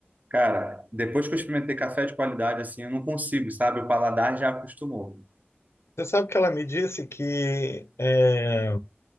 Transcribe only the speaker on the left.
Você sabe que ela me disse que é,